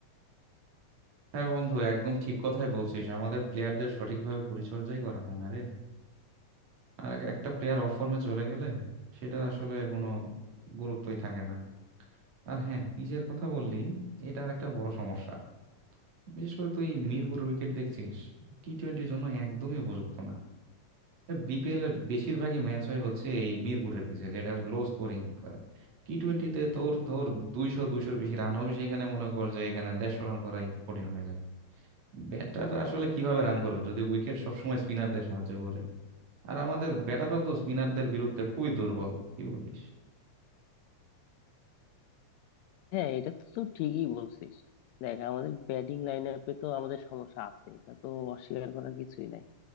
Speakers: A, on the right; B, on the left.
A: হ্যাঁ বন্ধু একদম ঠিক কথাই বলছিস আমাদের প্লেয়ারদের সঠিকভাবে পরিচর্যাই করা হয় না রে আর এক- একটা প্লেয়ার অফ ফর্মে চলে গেলে সেটা আসলে কোনো গুরুত্বই থাকে না আর হ্যাঁ পিচের কথা বললি এটা আর একটা বড় সমস্যা বিশেষ করে তুই মিরপুর উইকেট দেখছিস টি টোয়েন্টির জন্য একদমই উপযুক্ত না বিপিএল এর বেশিরভাগই ম্যাচ হয় হচ্ছে এই মিরপুরের পিচে যেটা লো স্কোরিং টি টোয়েন্টিতে তোর তোর দুইশো দুইশোর বেশি রান হবে সেইখানে মনে কর যে এখানে দেড়শো রান করাই কঠিন হয়ে যায় ব্যাটাররা আসলে কিভাবে রান করবে যদি উইকেট সবসময় স্পিনারদের সাহায্য করে আর আমাদের ব্যাটাররাও তো স্পিনারদের বিরুদ্ধে খুবই দুর্বল কি বলিস
B: হ্যাঁ এটা তো তুই ঠিকই বলছিস দেখ আমাদের ব্যাটিং লাইন আপে তো আমাদের সমস্যা আছে এটা তো অস্বীকার করার কিছুই নাই